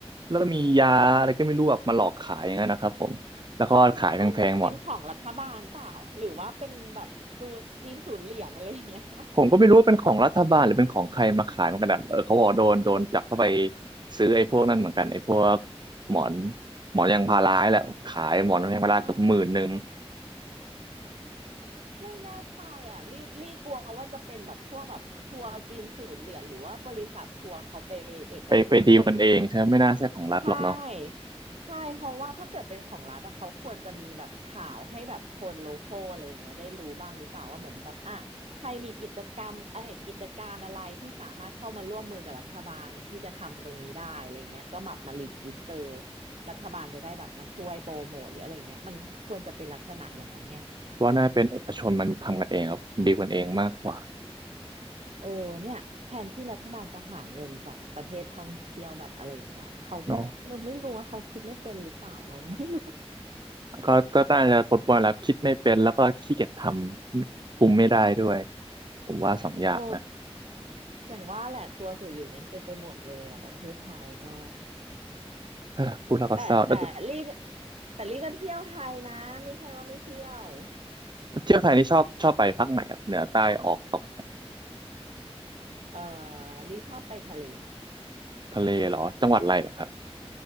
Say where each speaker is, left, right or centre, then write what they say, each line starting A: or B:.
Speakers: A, on the right; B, on the right.
A: แล้วก็มียาอะไรก็ไม่รู้แบบมาหลอกขายอย่างนั้นนะครับผมแล้วก็ขายแพงๆหมด
B: ไม่แต่เป็นของรัฐบาลเปล่าหรือว่าเป็นแบบดูจีนศูนย์เหรียญอะไรอย่างเงี้ย <laughs>
A: ผมก็ไม่รู้ว่าเป็นของรัฐบาลหรือเป็นของใครมาขายเหมือนกันนะเออเขาบอกว่าโดนโดนจับเข้าไปซื้อไอ้พวกนั่นเหมือนกันไอ้พวกหมอนหมอนยางพาราให้แหละขายหมอนยางพาราเกือบหมื่นหนึ่ง
B: อ๋อ ไม่แน่ใจอ่ะลี่ลี่กลัวว่าจะเป็นแบบพวกแบบทัวร์จีนศูนย์เหรียญหรือว่าบริษัททัวร์เขาไปเอกชนอะไรเงี้ย
A: ไปไปดีลกันเองใช่ไหมไม่น่าใช่ของรัฐหรอกเนาะ
B: ใช่ใช่เพราะว่าถ้าเกิดเป็นของรัฐอะเขาควรจะมีแบบข่าวให้แบบคนโลคอลอะไรอย่างเงี้ยได้รู้บ้างหรือเปล่าว่าเหมือนแบบอ่ะใครมีกิจกรรมเอ้ยกิจการอะไรที่สามารถเข้ามาร่วมมือกับรัฐบาลที่จะทำตรงนี้ได้อะไรเงี้ยก็แบบมารีจิสเตอร์รัฐบาลจะได้แบบมาช่วยโปรโมทหรืออะไรเงี้ยมันควรจะเป็นลักษณะอย่างนั้นไง
A: เพราะว่าน่าเป็นเอกชนมันทำกันเองครับดีลกันเองมากกว่า
B: เออเนี่ยแทนที่รัฐบาลจะหาเงินจากประเทศท่องเที่ยวแบบอะไรอย่างเงี้ยเขาก็มไม่รู้ว่าเขาคิดไม่เป็นหรือเปล่าเราก็ไม่รู้
A: เนาะก็ก็น่าจะปนปนแล้วคิดไม่เป็นแล้วก็ขี้เกียจทำคุมไม่ได้ด้วยผมว่าสองอย่างนะ
B: <laughs> โอ้อย่างว่าแหละทัวร์สุรินทร์นั้นเป็นไปหมดเลยอ่ะประเทศไทยก็
A: เออพูดแล้วก็เศร้าแล้ว
B: แต่แต่ลี่ก็แต่ลี่ก็เที่ยวไทยนะไม่ใช่ว่าไม่เที่ยว
A: เที่ยวไทยนี่ชอบชอบไปภาคไหนครับเหนือใต้ออกตกเนี่ย
B: เออลี่ชอบไปทะเล
A: ทะเลเหรอจังหวัดอะไรอะครับ